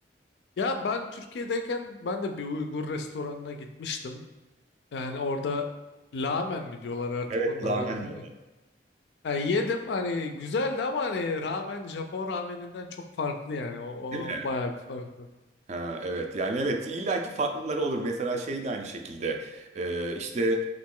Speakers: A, on the left; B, on the right.
A: Ya ben Türkiye'deyken ben de bir Uygur restoranına gitmiştim. Yani orada ramen mi diyorlar artık
B: Evet,
A: onlara.
B: lahmacun.
A: <laughs> Yani yedim hani güzeldi ama hani ramen Japon rameninden çok farklı yani. O, o
B: Değil mi?
A: bayağı bir farklı.
B: Ha, evet yani evet illaki farklıları olur. Mesela şey de aynı şekilde Ee, işte